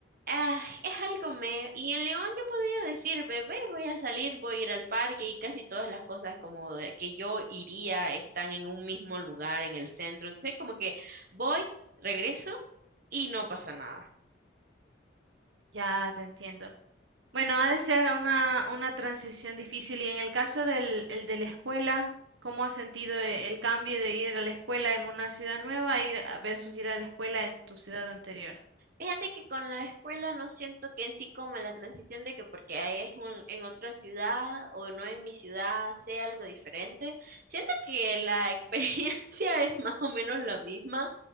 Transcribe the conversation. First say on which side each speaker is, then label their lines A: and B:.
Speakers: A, on the right; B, on the right.
A: Ah, es algo me... Y en León yo podía decir, bebé, voy a salir, voy a ir al parque y casi todas las cosas como de que yo iría están en un mismo lugar, en el centro. Entonces como que voy, regreso y no pasa nada.
B: Ya te entiendo. Bueno, ha de ser una, una transición difícil y en el caso del el de la escuela, ¿cómo has sentido e- el cambio de ir a la escuela en una ciudad nueva a ir a- versus ir a la escuela en tu ciudad anterior?
A: Fíjate que con la escuela no siento que en sí como la transición de que porque ahí es un, en otra ciudad o no en mi ciudad sea algo diferente. Siento que la <laughs> experiencia es más o menos la misma.